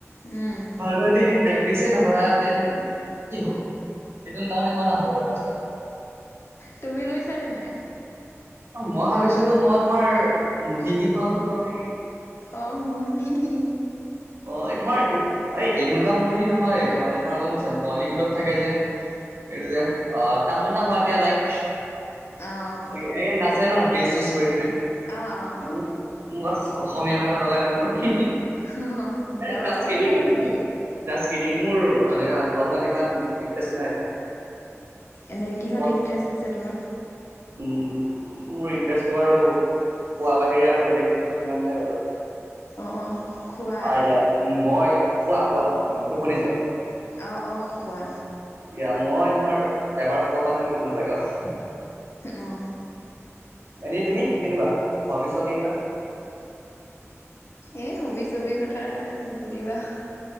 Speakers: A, on the left; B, on the right.
A: উম,
B: ভাল কৰি যদিন প্ৰেক্টিছে নকৰা দেন কি হ'ব সেইটো তামনি খোৱা ন হ'ব বাৰু লাষ্টত।
A: তুমি লৈছানে নাই?
B: মই ভাবিছিলো মই তোমাৰ মোহিনী খোৱাাতো কওঁ নেকি
A: অ, মোহিনী
B: অ, তোমাৰ এই এনেকুৱা মহিনী নহয় তাৰ মানে তোমাৰ অলম হৈছে বলীউডত থাকে যে। এইটো যে অ, তামনা ভটিয়া লাইক।
A: অ',
B: এ-এ নাচায় ন ড্ৰেছ চেচ কৰি পিনে
A: অ', অ',
B: ম বছ অসমীয়া মাজত লগাই লম আৰু
A: অ',
B: এ
A: যাব
B: যাষ্ট
A: পাৰিবা
B: কিদ্দিং
A: তুমি।
B: যাষ্ট মোৰ এণেকা ভাওনাত ইমান ইনটাৰেষ্ট নাই।
A: এনেই কিহত
B: মত
A: ইণ্টাৰেষ্ট আছে তোমাৰ?
B: উম মোৰ ইণ্টাৰেষ্টটো বাৰু শুৱা বাহিৰে আৰু বেলেগ বস্তুত ইমান নাই বাৰু।
A: অ খোৱাত
B: <unintelligible> মই শুৱা শুৱা উ টোপনি যোৱা।
A: অ অ শুৱা।
B: এয়া মই তোমাৰ এবাৰ শুব পালে মোক একো নালাগে আৰু।
A: অ অ।
B: এনে তুমি কেনেকুৱা, হবি ছবি কিবা?
A: এই হবি ছবিৰ কথা আৰু নুসুধিবা।